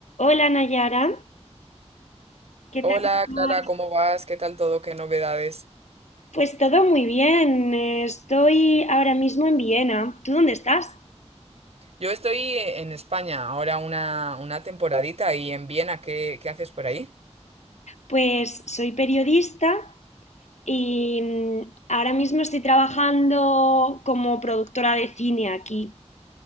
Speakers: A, on the left; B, on the right.
A: Hola Nayara, ¿qué
B: Hola
A: tal? estás?
B: Clara, ¿cómo vas? ¿Qué tal todo? ¿Qué novedades?
A: Pues todo muy bien. eh, Estoy ahora mismo en Viena. ¿Tú dónde estás?
B: Yo estoy e, en España ahora una, una temporadita y en Viena, ¿qué, qué haces por ahí?
A: Pues soy periodista y mm, ahora mismo estoy trabajando como productora de cine aquí.